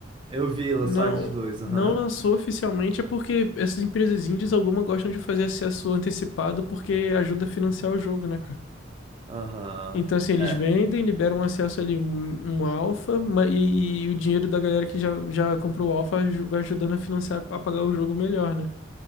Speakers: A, on the right; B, on the left.
A: Eu vi, lançou
B: Não,
A: a Hades 2,
B: não
A: aham.
B: lançou oficialmente, é porque essas empresas indies, alguma gostam de fazer acesso antecipado porque ajuda a financiar o jogo, né, cara?
A: Aham.
B: Então, assim, eles
A: É.
B: vendem, liberam um acesso ali um, um alfa, ma- e, e o dinheiro da galera que já, já comprou o alfa aju- vai ajudando a financiar, a pagar o jogo melhor, né?